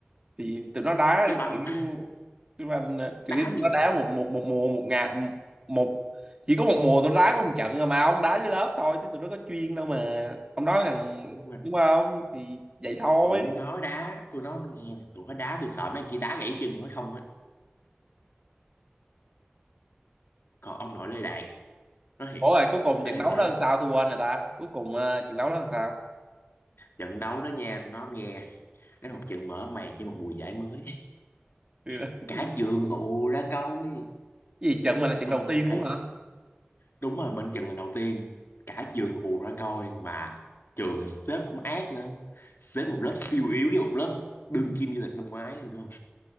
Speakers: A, on the right (about 25°); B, on the left (about 65°).
A: thì tụi nó đá
B: với banh
A: kiểu tụi anh tụi
B: <laughs> đá
A: tụi
B: như
A: nó đá một một một mùa một ngày một chỉ có một mùa tụi nó đá có một trận rồi mà ông đá với lớp thôi chứ tụi nó có chuyên đâu mà ông nói rằng
B: nhưng mà
A: đúng không thì vậy thôi
B: tụi nó đá tụi nó nghe nè, tụi nó đá tôi sợ mấy anh kia đá gãy chân nó không á còn ông nội Lê Đạt nói thiệt
A: ủa rồi cuối cùng
B: ở
A: trận
B: nhà
A: đấu
B: đá
A: đó làm sao tôi quên rồi ta cuối cùng ờ, trận đấu đó làm sao
B: trận đấu đó nha tụi nó nghe nó một trận mở màn cho một mùa giải mới
A: Thì
B: <laughs>
A: là- <laughs>
B: cả trường ù ra coi
A: Cái gì trận mà là trận
B: không
A: đầu
B: không
A: tiên
B: cái
A: luôn hả
B: đúng rồi bên trận là đầu tiên cả trường ù ra coi mà trường xếp cũng ác nữa xếp một lớp siêu yếu với một lớp đương kim vô địch năm ngoái em không